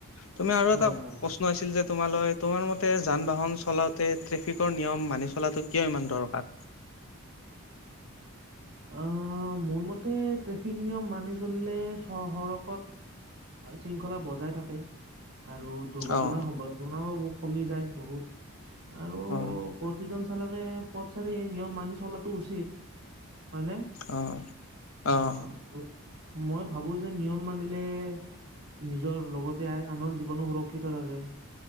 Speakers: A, on the left; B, on the right.
A: তুমি আৰু
B: হয়,
A: এটা
B: হয়।
A: প্ৰশ্ন আছিল যে তোমালৈ তোমাৰ মতে যান বাহন চলাওঁতে ট্ৰেফিকৰ নিয়ম মানি চলাটো কিয় ইমান দৰকাৰ?
B: আঁহ মোৰ মতে ট্ৰেফিক নিয়ম মানি চলিলে চহৰ কত আইন শৃংখলা বজাই থাকে, আৰু দুৰ্ঘটনাৰ
A: অ',
B: সম্ভাৱনাও কমি যায় বহুত, আৰু
A: হয়
B: প্ৰতিজন চালকে পথচাৰি এই নিয়ম মানি চলাটো উচিত। হয়নে?
A: অ', অ',
B: অঁ আৰু। মই ভাবো যে নিয়ম মানিলে নিজৰ লগতে আনৰ জীৱনো সুৰক্ষিত থাকে